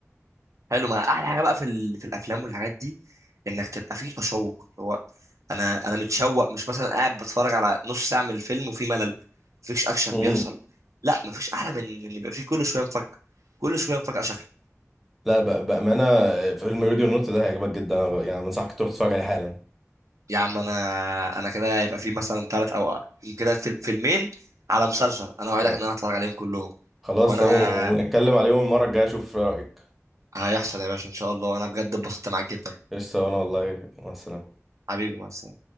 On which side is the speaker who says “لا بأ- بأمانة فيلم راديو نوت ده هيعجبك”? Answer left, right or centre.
Centre